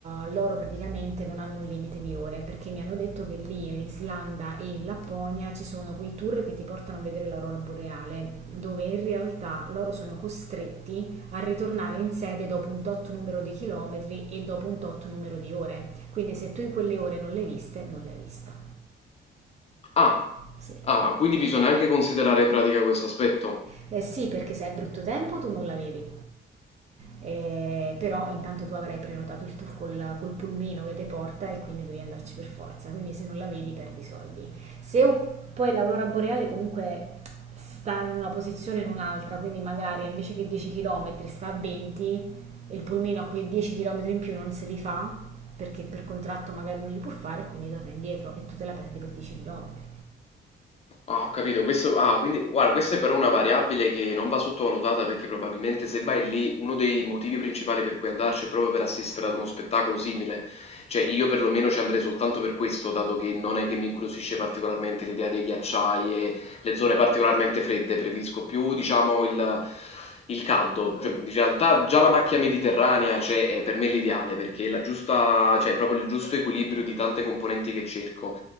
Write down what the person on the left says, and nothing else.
Ah,
ah, quindi bisogna anche considerare in pratica questo aspetto.
Ah, ho capito, questo, ah, quindi, guarda, questa è però una variabile che non va sottovalutata perché probabilmente se vai lì uno dei motivi principali per cui andarci è proprio per assistere ad uno spettacolo simile. Cioè, io perlomeno ci andrei soltanto per questo, dato che non è che mi incuriosisce particolarmente l'idea dei ghiacciai e le zone particolarmente fredde, preferisco più, diciamo, il, il caldo. Cioè, in realtà già la macchia mediterranea, cioè, è per me l'ideale perché è la giusta, cioè, è proprio il giusto equilibrio di tante componenti che cerco.